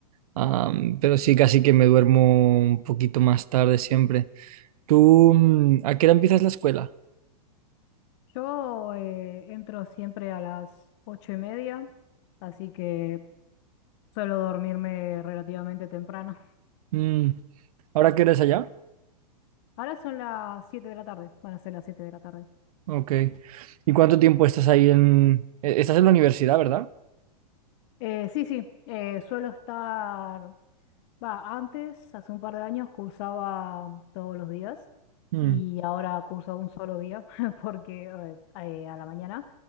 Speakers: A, on the right (about 65°); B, on the left (about 45°).
A: am, pero sí, casi que me duermo un poquito más tarde siempre. ¿Tú mm, a qué hora empiezas la escuela?
B: Yo eh, entro siempre a las ocho y media, así que suelo dormirme relativamente temprano.
A: Mm, ¿ahora qué hora es allá?
B: <laughs> Ahora son las siete de la tarde, van a ser las siete de la tarde.
A: Ok. ¿Y cuánto tiempo estás ahí en... e- Estás en la universidad, ¿verdad?
B: Eh, sí, sí, eh, suelo estar, va, antes, hace un par de años, cursaba todos los días
A: Mm,
B: y ahora curso un solo día <laughs> porque eh, eh, a la mañana,